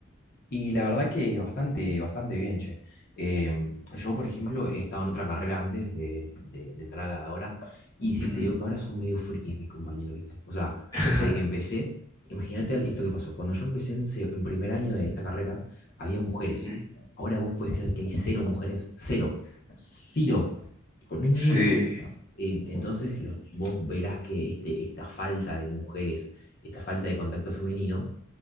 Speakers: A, on the left; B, on the left.
A: Y la verdad que bastante, bastante bien, che. Eh, yo, por ejemplo, he estado en otra carrera antes de, de- de entrar a la de ahora, y sí
B: Ujú.
A: te digo que ahora son medio frikis mis compañeros, ¿viste? O sea,
B: <laughs>
A: desde que empecé, imagínate al- esto que pasó. Cuando yo empecé en, se- en primer año de esta carrera, había mujeres.
B: Ujú.
A: Ahora vos podés creer que hay cero mujeres. Cero. Cero. Tipo, no hay
B: Sí,
A: ninguna. Eh, entonces, los- vos verás que este, esta falta de mujeres, esta falta de contacto femenino,